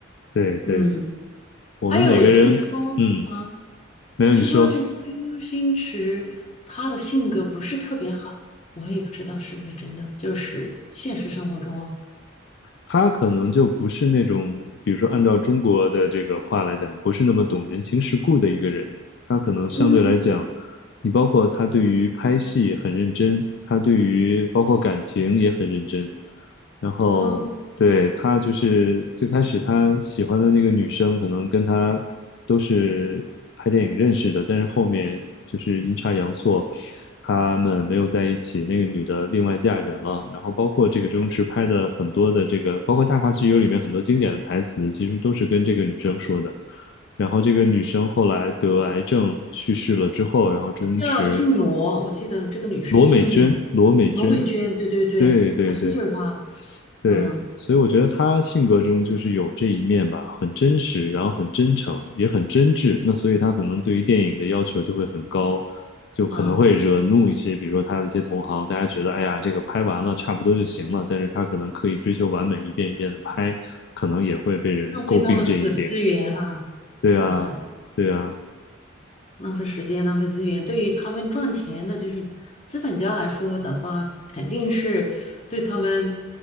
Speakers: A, on the left; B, on the left.
A: 对，对，
B: 嗯，
A: 我们每个人，
B: 还有据说啊，
A: 嗯，没有你说，
B: 据说这个周星驰他的性格不是特别好，我也不知道是不是真的，就是现实生活中啊，
A: 他可能就不是那种，比如说按照中国的这个话来讲，不是那么懂人情世故的一个人，他可能相对来讲。
B: 嗯
A: 你包括他对于拍戏很认真，他对于包括感情也很认真。然后对他就是最开始他喜欢的那个女生，
B: 嗯，呃
A: 可能跟他都是拍电影认识的，但是后面就是阴差阳错，他们没有在一起，那个女的另外嫁人了。然后包括这个周星驰拍的很多的这个，包括《大话西游》里面很多经典的台词，其实都是跟这个女生说的。然后这个女生后来得癌症去世了之后，然后周星驰，
B: 叫姓罗，我记得这个女生姓罗，
A: 罗美娟，罗美娟，
B: 罗美娟，对对对，
A: 对对对
B: 好像就是她，
A: 对，
B: 嗯
A: 所以我觉得她性格中就是有这一面吧，很真实，然后很真诚，也很真挚。那所以她可能对于电影的要求就会很高，就可能会惹怒一些，
B: 嗯，
A: 比如说她的一些同行，大家觉得哎呀，这个拍完了差不多就行了，但是她可能刻意追求完美，一遍一遍的拍，可能也会被人诟病这一点。
B: 浪费他们的资源哈、
A: 对啊，
B: 可能。
A: 对啊，
B: 浪费时间、浪费资源，对于他们赚钱的，就是资本家来说的话，肯定是对他们，